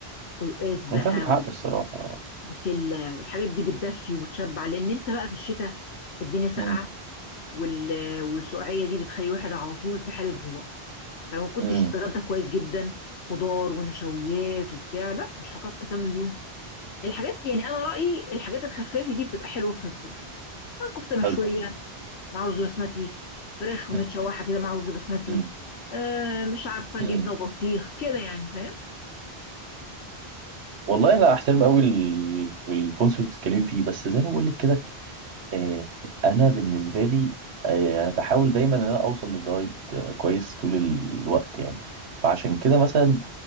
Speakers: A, on the left; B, on the right.
A: القلقاس بقى
B: هو انت عندك حق الصراحه
A: والبسله والحاجات دي بتدفي وتشبع لان انت بقى في الشتاء الدنيا ساقعه
B: امم
A: وال... والسقعيه دي بتخلي الواحد على طول في حاله جوع فما كنتش
B: امم
A: تتغدى كويس جدا خضار ونشويات وبتاع لا مش هتعرف تكمل اليوم الحاجات يعني انا رايي الحاجات الخفافه دي بتبقى حلوه في الصيف كفته مشويه
B: حلو
A: مع رز بسمتي فراخ متشوحه
B: امم
A: كده مع رز بسمتي
B: إمم،
A: آه مش عارفه جبنه
B: إمم.
A: وبطيخ كده يعني فاهم
B: والله انا احترم قوي الكونسبت اللي بتتكلمي فيه بس زي ما بقول لك كده آه، انا بالنسبه لي آه، بحاول دايما ان انا اوصل للدايت آه، كويس طول الوقت يعني فعشان كده مثلا